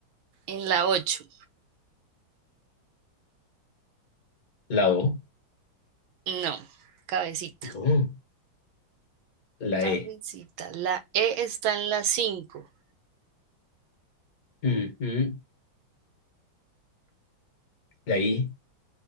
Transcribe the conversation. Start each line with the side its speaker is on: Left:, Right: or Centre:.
Right: En la ocho.
Left: la O,
Right: No. Cabecita.
Left: no, la
Right: Cabecita.
Left: E,
Right: La E está en la cinco.
Left: ujú, la I,